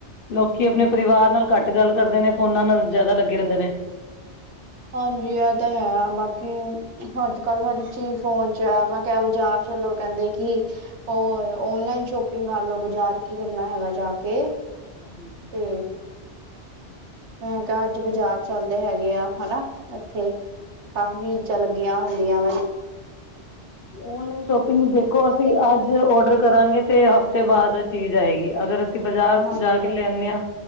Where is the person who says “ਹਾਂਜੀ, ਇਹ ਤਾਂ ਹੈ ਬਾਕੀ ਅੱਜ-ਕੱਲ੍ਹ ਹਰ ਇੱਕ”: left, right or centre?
Right